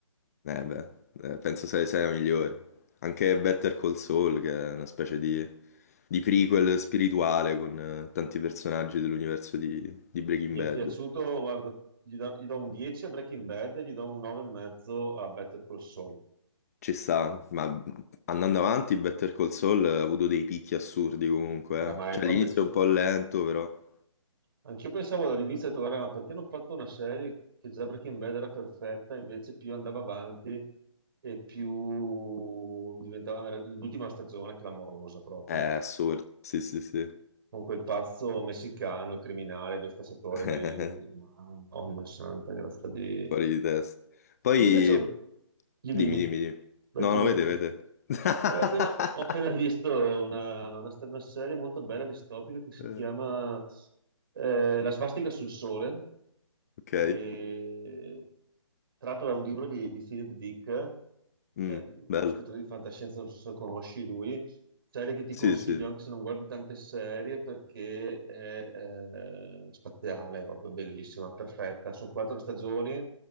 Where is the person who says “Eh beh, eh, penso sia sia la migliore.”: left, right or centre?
Left